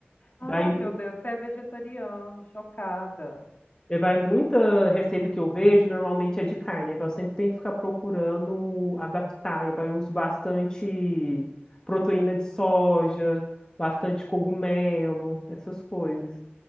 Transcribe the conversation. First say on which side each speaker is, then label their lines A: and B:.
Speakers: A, on the left; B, on the left.
A: Ah,
B: Daí
A: meu Deus, você é vegetariano, chocada.
B: E vai muita receita que eu vejo, normalmente é de carne. Aí Eu sempre tenho que ficar procurando adaptar. E vai eu uso bastante proteína de soja, bastante cogumelo, essas coisas.